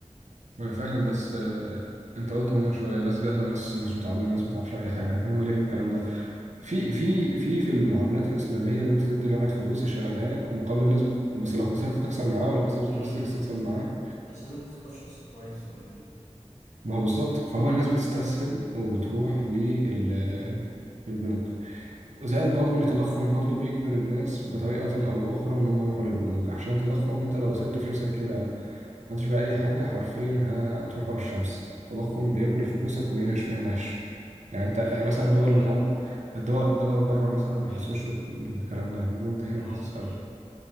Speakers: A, on the right; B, on the left.
A: ما انا فاهم بس آه، انت قلت اهو من شويه ناس جاهله ناس مش متعلمه ناس ما تعرفش اي حاجه هتعمل ايه في الكلام ده في
B: امم
A: في في في المعاملات الإسلامية اللي أنت تدي لواحد فلوس يشغلها لك مقابل نسبة بس لو خسرت تخسر معاه ولو كسبت تخسر
B: امم
A: تكسب
B: بالظبط
A: معاه
B: بس لازم تختار شخص كويس وأمين
A: ما هو بالظبط فهو الناس بتستسهل وبتروح للبنوك
B: البنوك
A: زائد برضو إن التضخم برضو بيجبر الناس بطريقة أو بأخرى إن هم يروحوا للبنوك عشان التضخم أنت لو سبت فلوسك كده عملتش بقى أي حاجة حرفيا هتروح ورا الشمس التضخم بياكل فلوسك وينهش فيها نهش يعني أنت يعني
B: طب لو
A: مثلا
B: حط
A: الدول
B: إنهم
A: بتاع الدول الدول بره مثلا ما بيحسوش
B: مم.
A: بال- بالكلام ده إنما أنت هنا
B: اه
A: حاسس
B: ده حقيقي
A: أوي